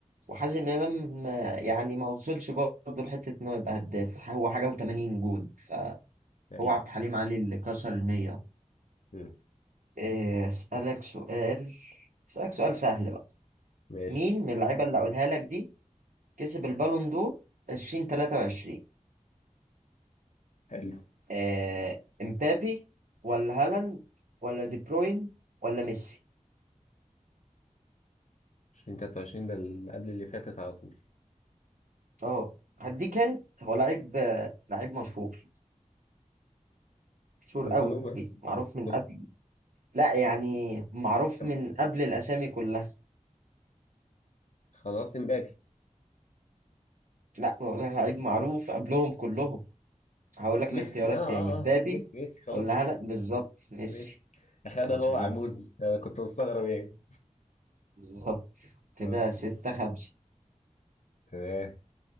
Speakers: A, on the right; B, on the left.
A: وحازم إمام ما- يعني ما وصلش برضه لحتة إن هو يبقى هداف هو حاجة و80 جول فهو
B: أيوه
A: عبد الحليم علي اللي كسر المية
B: مم.
A: إيه، أسألك سؤال أسألك سؤال سهل بقى
B: ماشي
A: مين من اللعيبة اللي هقولها لك دي كسب البالون دور 2023
B: حلو
A: آه، امبابي ولا هالاند ولا دي بروين ولا ميسي
B: 2023 ده اللي قبل اللي فاتت على طول
A: اه هديك انت هو لعيب آه، لعيب مشهور مشهور
B: هم
A: قوي
B: كلهم
A: معروف من
B: كل
A: قبل لا يعني معروف
B: كم
A: من قبل الاسامي كلها
B: خلاص امبابي
A: لا هو لعيب معروف قبلهم كلهم هقول لك
B: ميسي
A: الاختيارات
B: اه اه
A: تاني مبابي
B: اه آه، ميسي ميسي خلاص
A: ولا
B: ميسي
A: هالاند بالظبط ميسي
B: ميسي اخدها
A: مظبوط
B: هو عجوز انا كنت مستغرب يعني
A: بالظبط كده
B: اه
A: ستة خمسة
B: تمام